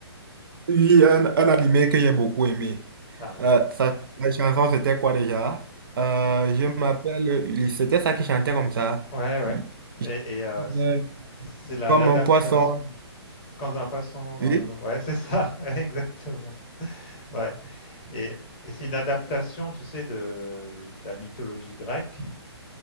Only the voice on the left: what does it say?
Ah
oui.
Ouais, ouais.
Et, et, heu, c'est
c'est la
l'adaptation
quand un poisson dans
l'eau. Ouais, c'est ça, <laughs> ouais, exactement. Ouais et et c'est une adaptation, tu sais, de de la mythologie grecque,